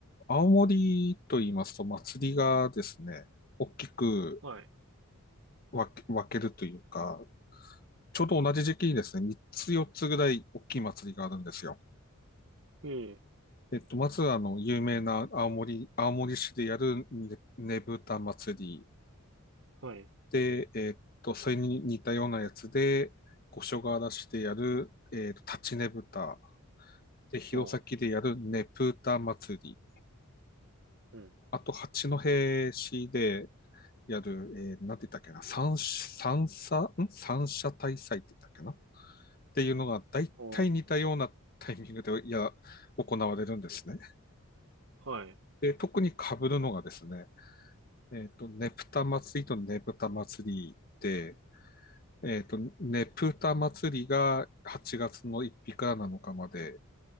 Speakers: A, on the left; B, on the right.
A: 青森と言いますと、祭りがですね、大きく
B: はい。
A: 分け、分けるというか、ちょうど同じ時期にですね、3つ4つぐらい大きい祭りがあるんですよ。
B: ええ、
A: えっと、まず、あの、有名な青森、青森市でやるね、ねぶた祭り
B: はい。
A: で、えっと、それに似たようなやつで、五所川原市でやる、えっと、立ちねぶた、で、弘前でやるねぷた祭り、
B: おう、うん。
A: あと、八戸市で、やる、えー、なんて言ったっけな、三、三者、ん三者大祭って言ったっけなっていうのが、大体似たようなタイミングで、
B: おう、
A: いや、行われるんですね。
B: はい、
A: で、特に被るのがですね、えっ、と、ねぷた祭りとねぶた祭りで、えっ、と、ねぷた祭りが8月の1日から7日まで、